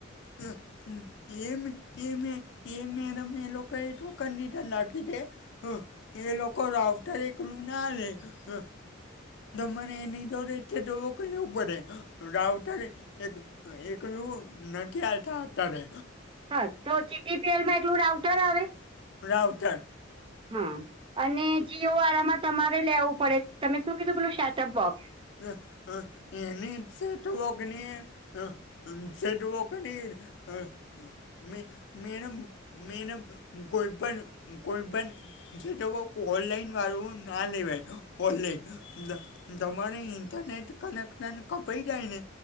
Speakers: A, on the left (about 60°); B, on the right (about 25°).
A: <inaudible> એ એમ એમે મેડમ એ લોકો એ ટોકન <unintelligible> હ, એ લોકો રાઉટર એકલું ના લે હ. મને એની તો રે તોક લેવું પડે રાવત એક. એકલુ નથી આલતા અતારે.
B: હા, તો જીટીપીએલમાં એટલું રાાઉટર આવે.
A: રાવતર.
B: હા, અને જીઓ વાળામાં તમારે લેવું પડે, તમે શું કીધું પેલું સેટઅપ બોક્સ.
A: હ, હ, એની સેઠું હગ ની હ. હ <unintelligible> હ. મે મેડમ મેડમ કોઈપણ કોઈપણ જે તો બ ઓનલાઈન વાળુ ના લેવાઈ ઓનલાન દ દમ. તમારે ઇન્ટરનેટ કનેક્શન કપાઈ જાયને